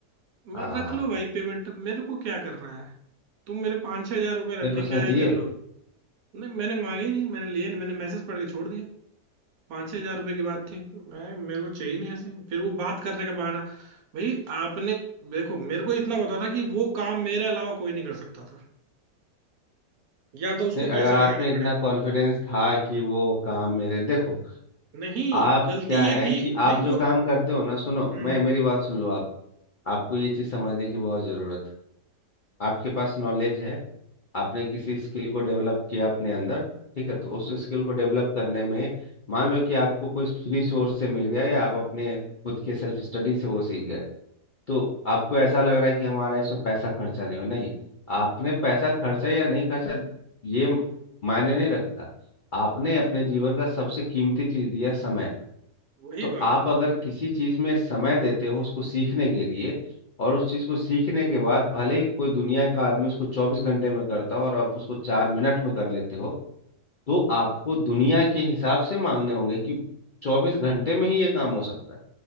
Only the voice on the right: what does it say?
मैं
रख लो भाई पेमेंट मेरे को क्या करना है तुम मेरे पाँच छह हजार रुपये रख
के
क्या ही
कर लोगे नहीं मैंने मांगे नहीं मैंने लिए नहीं मैंने मैसेज पढ़ के छोड़ दिया पाँच छह हजार रुपये की बात थी मैं मेरे को चाहिए नहीं ऐसे फिर वो बात करने का बहाना भाई आपने देखो मेरे को इतना पता था कि वो काम मेरे अलावा कोई नहीं कर सकता था या तो उसको
पैसे
लगाने
पड़ेंगे
नहीं
गलती
ये
थी
नहीं
वो
हम्म
हम्म,
वही
बात